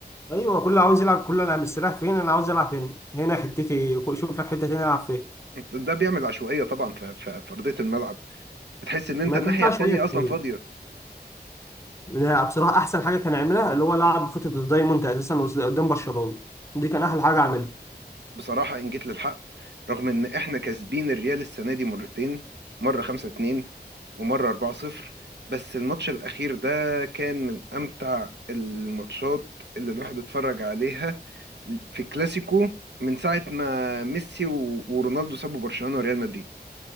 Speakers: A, on the left; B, on the right.
A: ايوه كله عاوز يلعب كله انا مستريح فين انا عاوز العب هنا هنا حتتي شوف لك حته تانيه العب فيها
B: ده بيعمل عشوائية طبعا في في في أرضية الملعب بتحس إن أنت
A: ما
B: الناحية
A: كان فيها
B: التانية
A: شويه كتير
B: أصلا فاضية
A: لا، بصراحه احسن حاجه كان يعملها اللي هو لعب خطه الدايموند اساسا قدام برشلونه دي كان احلى حاجه عملها
B: بصراحة إن جيت للحق رغم إن إحنا كاسبين الريال السنة دي مرتين مرة 5-2 ومرة 4-0 بس الماتش الأخير ده كان من أمتع الماتشات اللي الواحد اتفرج عليها في كلاسيكو من ساعة ما ميسي و- ورونالدو سابوا برشلونة وريال مدريد